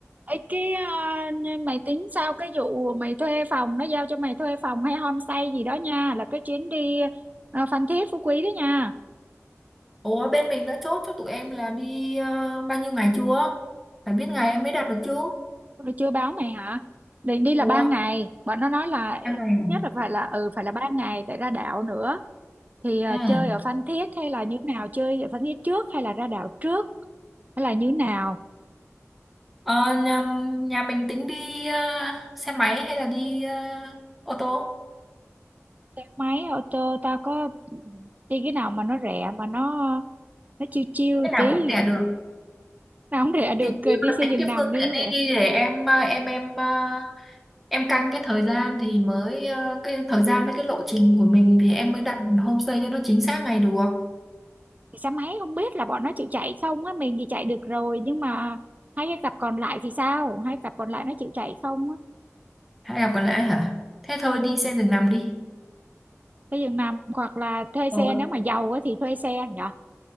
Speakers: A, on the right (about 30°); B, in the centre.
A: Ê, cái ờ, mày tính sao cái vụ mày thuê phòng nó giao cho mày thuê phòng hay homestay gì đó nha là cái chuyến đi ờ, Phan Thiết Phú Quý đó nha
B: Ủa bên mình đã chốt cho tụi em là đi ờ, bao nhiêu ngày chưa? Phải biết ngày em mới đặt được chứ.
A: Rồi chưa báo mày hả? Định đi là
B: Ủa?
A: ba ngày. Bọn nó nói là ít
B: Ba ngày
A: nhất là phải là ừ phải là ba ngày tại ra đảo nữa. Thì à,
B: à?
A: chơi
B: Ừ.
A: ở Phan Thiết hay là như nào? Chơi ở Phan Thiết trước hay là ra đảo trước hay là như nào?
B: Ờ, nhà, nhà mình tính đi ờ, xe máy hay là đi ờ, ô tô?
A: Xe máy ô tô ta có ừ, đi cái nào mà nó rẻ mà nó nó chiêu chiêu
B: Cái nào
A: tí.
B: cũng rẻ được.
A: mà không rẻ được
B: Thì
A: ờ,
B: chỉ
A: đi
B: có
A: xe
B: tính
A: giường
B: cái
A: nằm
B: phương
A: đi
B: tiện
A: nó rẻ
B: đi đi để em ờ, em em ờ, em canh cái thời gian thì mới ờ, cái thời gian với cái lộ trình của mình thì em mới đặt homestay cho nó chính xác ngày được.
A: thì xe máy không biết là bọn nó chịu chạy không á mình thì chạy được rồi nhưng mà hai cái cặp còn lại thì sao hai cặp còn lại nó chịu chạy không á
B: Hay là còn lại hả? Thế thôi đi xe giường nằm đi.
A: xe giường nằm hoặc là thuê xe
B: Ừ.
A: nếu mà giàu á thì thuê xe nhở